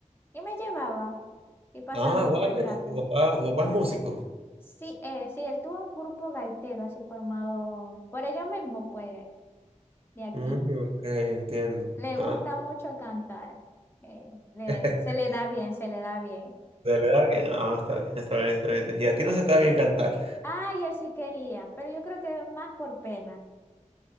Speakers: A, on the left; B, on the right.
A: y me llevaba y pasamos
B: Ah, vale,
A: buen rato.
B: tu papá, tu papá es músico.
A: Sí, eh, sí, él tuvo un grupo gaitero así formado por ellos mismos, pues, de aquí.
B: Mm, ok, entiendo.
A: Le
B: Ah,
A: gusta mucho cantar. eh, le-
B: <laughs>
A: se le da bien, se le da bien.
B: de la edad que no, está bien, está bien, está bien. Y a ti no se está bien cantar.
A: Ay, yo sí quería, pero yo creo que más por pena.